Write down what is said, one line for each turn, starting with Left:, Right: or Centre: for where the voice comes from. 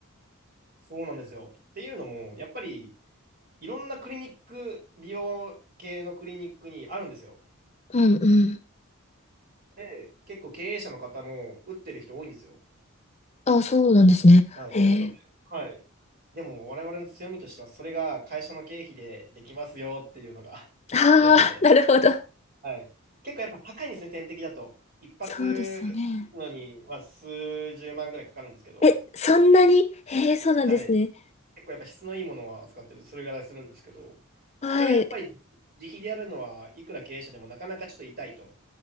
Right: そうなんですよ。っていうのも、やっぱりいろんなクリニック、美容系のクリニックにあるんですよ。
Left: うん、うん。
Right: で、結構経営者の方も打ってる人多いんですよ。
Left: ああ、そうなんですね。
Right: はい。
Left: ええ。
Right: なので、はい。でも我々の強みとしては、それが会社の経費でできますよっていうのが <laughs>
Left: ああー、
Right: 強みで。
Left: なるほど。
Right: はい。結構やっぱ高いんですね、点滴だと。一発打つのに、
Left: そうですよね。
Right: まあ、数十万ぐらいかかるんですけど、
Left: え、そんなにへえ、そうなんですね。
Right: はい。結構やっぱ質のいいものを扱ってると、それぐらいするんですけど、
Left: はい。
Right: それをやっぱり自費でやるのは、いくら経営者でもなかなかちょっと痛いと。